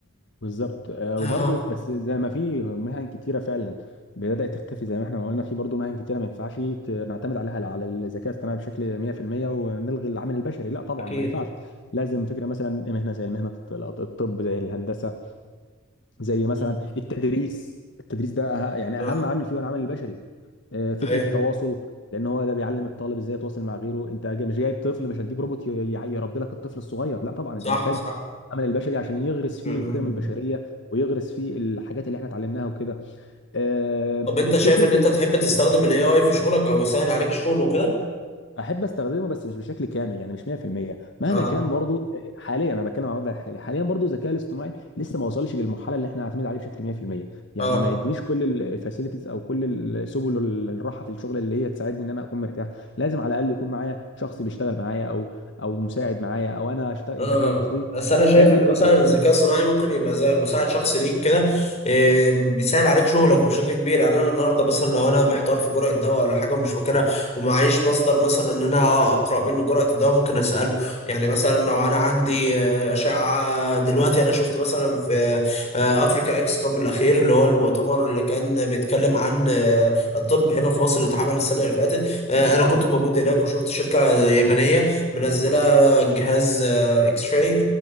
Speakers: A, on the left (about 60°); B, on the left (about 30°).
A: بالظبط آه،
B: اه
A: وبرضه في- بس زي ما في مهن كتيره فعلا بدات تختفي زي ما احنا ما قلنا في برضه مهن كتيره ما ينفعش ت- نعتمد عليها على الذكاء الاصطناعي بشكل 100% ونلغي العامل البشري لا طبعا
B: أكيد
A: ما ينفعش لازم فكره مثلا مهنه زي مهنه الط- الطب زي الهندسه زي مثلا
B: م.
A: التدريس التدريس ده أه- يعني
B: اه
A: اهم عامل فيه هو العامل البشري آه، فكره
B: ايوه
A: التواصل لان هو ده بيعلم الطالب ازاي يتواصل مع غيره انت جاي- مش جايب طفل مش هتجيب روبوت ي- ي- يربي لك الطفل الصغير لا طبعا
B: صح
A: انت محتاج
B: صح
A: العمل البشري عشان يغرس فيه
B: م- م-
A: القيم البشريه ويغرس فيه الحاجات اللي احنا اتعلمناها وكده آه،
B: طب انت شايف
A: فكره
B: ان انت تحب تستخدم الاي اي في شغلك او يسهل عليك الشغل وكده؟
A: احب استخدمه بس مش بشكل كامل يعني مش 100% مهما
B: اه
A: كان برضو حاليا انا بتكلم على الوضع الحالي حاليا برضو الذكاء الاصطناعي لسه ما وصلش للمرحله اللي احنا نعتمد عليه بشكل 100% يعني
B: اه
A: ما يدينيش كل الفاسيلتيز او كل ال- سبل ال- الراحه في الشغل اللي هي تساعدني ان انا اكون مرتاح لازم على الاقل يكون معايا شخص بيشتغل معايا او او مساعد معايا او انا اشتغل
B: اه
A: انت فاهم قصدي
B: بس انا شايف
A: هي دي
B: ان
A: الفكره
B: مثلا الذكاء الصناعي ممكن يبقى زي مساعد شخصي ليك كده إيه، بيسهل عليك شغلك بشكل كبير يعني انا النهارده مثلا لو انا محتار في جرعه دواء ولا حاجه ومش فاكرها ومعيش مصدر مثلا ان انا اقرا منه جرعه الدواء ممكن اساله يعني مثلا لو انا عندي آه، اشعه دلوقتي انا شفت مثلا في آه، افريكا اكس كوم الاخير اللي هو المؤتمر اللي كان بيتكلم عن آه، الطب هنا في مصر اللي اتعمل السنه اللي فاتت آه، انا كنت موجود هناك وشفت شركه يابانيه منزله جهاز اكس راي